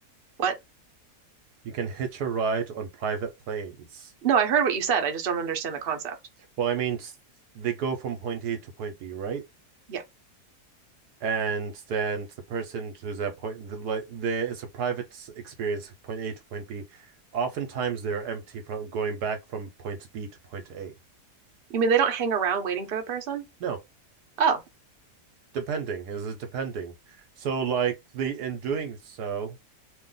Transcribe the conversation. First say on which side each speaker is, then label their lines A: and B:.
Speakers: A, on the right (about 45°); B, on the right (about 75°).
A: What?
B: You can hitch a ride on private planes.
A: No, I heard what you said. I just don't understand the concept.
B: Well, I mean, they go from point A to point B, right?
A: Yeah.
B: And then the person who's at point, the, like, there is a private experience, point A to point B. Oftentimes they're empty from going back from point B to point A.
A: You mean they don't hang around waiting for the person?
B: No,
A: Oh.
B: depending. Is it depending? So, like, the in doing so,